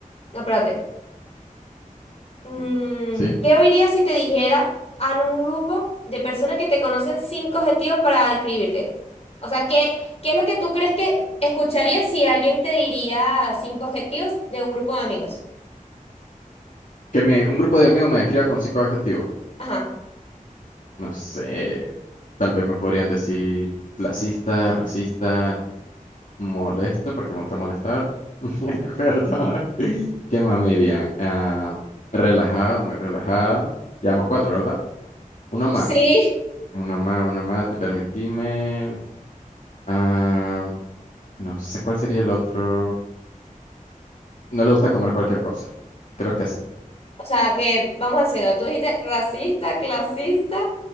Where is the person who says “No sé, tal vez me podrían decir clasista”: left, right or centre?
Left